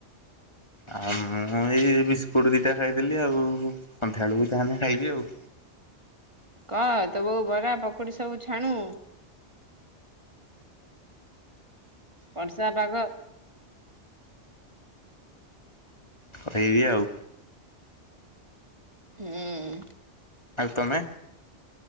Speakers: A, on the left (about 25°); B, on the right (about 25°).
A: ଆଉ ମୁଁ ଏଇ ବିସ୍କୁଟ ଦିଇଟା ଖାଇଥିଲି ଆଉ ସନ୍ଧ୍ୟାବେଳକୁ ଯାହେନେ ଖାଇବି ଆଉ।
B: କଅ ତୋ ବୋଉ ବରା ପକୁଡି ସବୁ ଛାଣୁ। ବର୍ଷା ପାଗ।
A: କହିବି ଆଉ।
B: ହୁଁ
A: ଆଉ ତମେ?